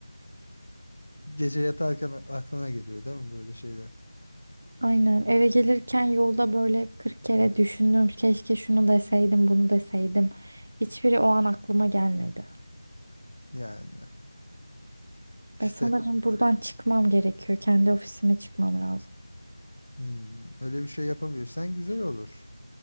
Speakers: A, on the left; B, on the right.
A: Gece yatarken aklına geliyor değil mi böyle şeyler?
B: Aynen eve gelirken yolda böyle 40 kere düşündüm. Keşke şunu deseydim, bunu deseydim. Hiçbiri o an aklıma gelmedi.
A: Yani işte
B: Ben sanırım buradan çıkmam gerekiyor. Kendi ofisime çıkmam lazım.
A: hmm, öyle bir şey yapabilirsen güzel olur.